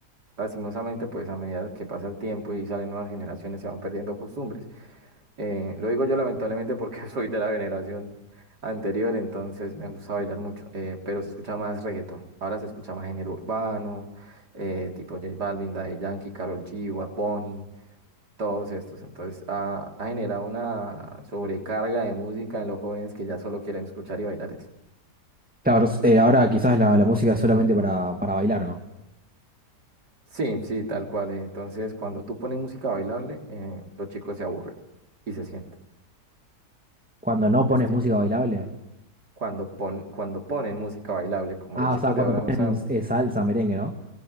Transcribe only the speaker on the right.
lastimosamente, pues a medida que pasa el tiempo y salen nuevas generaciones, se van perdiendo costumbres. Eh, lo digo yo lamentablemente porque <laughs> soy de la generación anterior, entonces me gusta bailar mucho, eh, pero se escucha más reggaetón. Ahora se escucha más género urbano, eh, tipo J Balvin, Daddy Yankee, Karol G, Bad Bunny, todos estos. Entonces ha, ha generado una sobrecarga de música en los jóvenes que ya solo quieren escuchar y bailar eso.
Sí, sí, tal cual. eh, Entonces cuando tú pones música bailable, eh, los chicos se aburren y se sientan.
Es triste.
Cuando, pon, cuando ponen música bailable, como
los chicos
de ahora
no saben